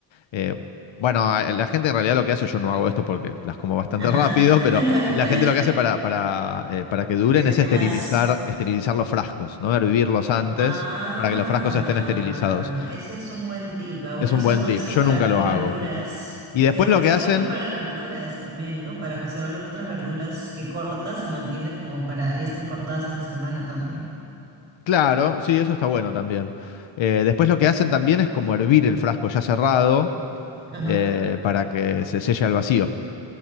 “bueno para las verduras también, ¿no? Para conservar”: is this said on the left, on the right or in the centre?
Right